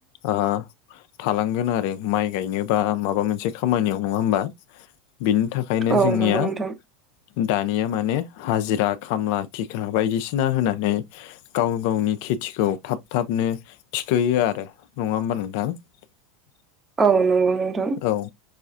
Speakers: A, on the left; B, on the right.
A: ओ थालांगोन आरो माइ गायनोबा माबा मोनसे खामानियाव नङा होमबा। बिनि थाखायनो
B: औ
A: जोंनिया
B: नंगौ नोंथां
A: दानिया माने हाजिरा खामला थिखा बायदिसिना होनानै गाव गावनि खेथिखौ थाब थाबनो थिखोयो आरो नङा होमबा नोंथां। <inaudible>
B: औ नंगौ नोंथां।
A: औ